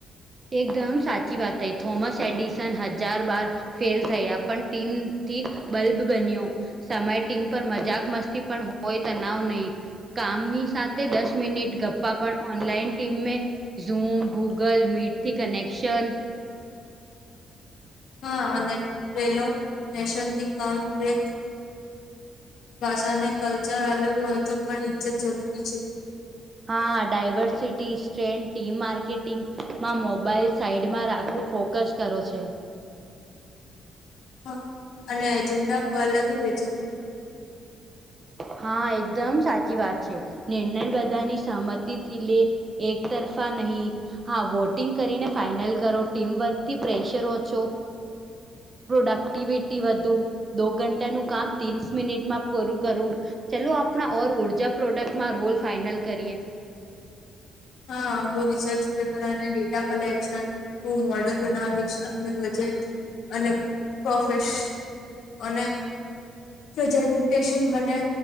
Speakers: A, on the right; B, on the left.
A: એકદમ સાચી વાત હૈ થોમસ એડિસન હજાર બાર ફેલ થયા પણ ટીમથી બલ્બ બન્યો સમય ટીમ પર મજાક મસ્તી પણ હોય તનાવ નહી. કામની સાથે દસ મિનિટ ગપ્પા પણ ઓનલાઈન ટીમે ઝૂમ ગૂગલ મીટથી કનેક્શન
B: હા અને ટલો સ્ટેશનથી કામ્રે ભાષાને કલ્ચર અલગ હોય તો પણ ઈજ્જત જરૂરી છે.
A: હા ડાયવર્સિટી સ્ટ્રેન્થ ટી માર્કેટિંગમા મોબાઈલ સાઈડમાં રાખવ ફોકસ કરો છે.
B: હ અને જેના ભલેથી ભેજું.
A: હા, એકદમ સાચી વાત છે. નિર્ણય બધાની સહમતીથી લે એક તરફા નહીં. હા વોટિંગ કરીને ફાઈનલ કરો, ટીમ વર્કથી પ્રેશર ઓછો પ્રોડક્ટિવિટી વધુ દો ઘંટાનું કામ ત્રીસ મિનિટમાં પૂરું કરું. ચલુ આપણા ઓર ઉર્જા પ્રોડક્ટમાં રોલ ફાઈનલ કરીએ.
B: હા હું રિસર્ચ પેપર અને ડેટા કલેક્શન હું મોડલ બનાવીશ અને બજેટ અને પર્સ અને પ્રેઝેન્ટેશન મને